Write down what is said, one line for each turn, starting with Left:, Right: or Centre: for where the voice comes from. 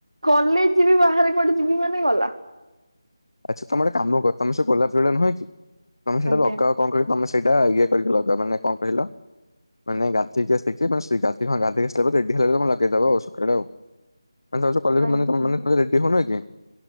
Right: କଲେଜ ଯିବି ବାହାରେ କୁଆଡ଼େ ଯିବି ମାନେ ଗଲା।
Left: ଆଚ୍ଛା ତମେ ଗୋଟେ କାମ କର ତମେ ସେ ଗୋଲାପ ଫୁଲ ଟା ନୁହେଁ କି ତମେ ସେଟାକୁ
Right: ଆଜ୍ଞା
Left: ଆଗାଅ କଣ କହିଲି ତମେ ସେଇଟା ଇଏ କରିକି ଲଗାଅ ମାନେ କଣ କହିଲ ମାନେ ଗାଧେଇକି ଆକିସି ମାନେ ସେ ଗାଧେଇ ହଁ ଗାଧେଇକି ଆସିଲା ପରେ ରେଡ଼ି ହେଲା ବଳକୁ ଆପଣ ଲଗେଇଦବ ଆଉ ସକାଳେ ଆଉ। ମାନେ ତମେ ସବୁ କଲେଜ
Right: ଆଜ୍ଞା
Left: ମାନେ ତମ ମାନେ ତମେ ରେଡି ହଉନ କି?